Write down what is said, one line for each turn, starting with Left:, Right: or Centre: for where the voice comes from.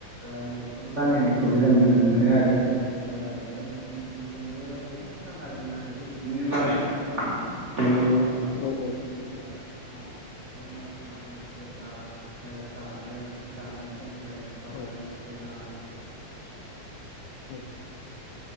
Right: ओ मैखुन बानायनाय खौबो जों नुनो मोनो आरो ओ बे मैखुनजोंबो गोबां रां आरजिनो हायो बिदिनो बानायनानै बेनिफ्राय
Left: औ औ
Right: ओ दा माइ बे माइखौ जों जेब्ला ओ जानो जानो सम जायोबा
Left: औ
Right: जों खौ
Left: औ